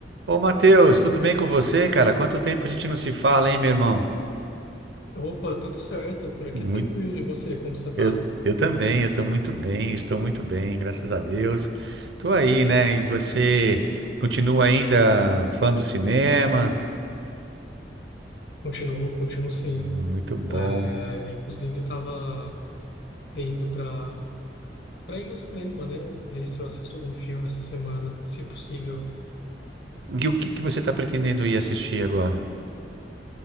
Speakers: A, on the right (about 75°); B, on the left (about 70°).
A: Ô, Matheus, tudo bem com você, cara? Quanto tempo a gente não se fala, hein, meu irmão?
B: Opa, tudo certo, por aqui
A: Muito,
B: tranquilo. E você, como você tá?
A: eu, eu também, eu tô muito bem, estou muito bem, graças a Deus. Tô aí, né? E você continua ainda fã do cinema?
B: Continuo, continuo sim.
A: Muito bom.
B: É, inclusive, estava indo para para ir no cinema, né? Ver se eu assisto algum filme essa semana, se possível.
A: E o que que você tá pretendendo ir assistir agora?